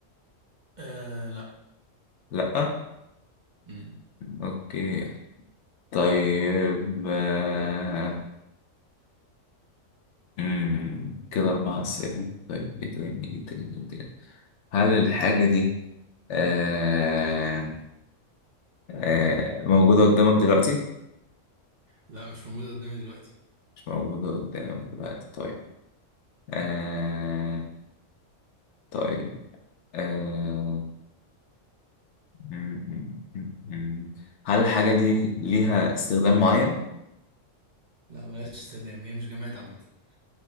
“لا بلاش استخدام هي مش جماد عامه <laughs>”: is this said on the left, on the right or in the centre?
Right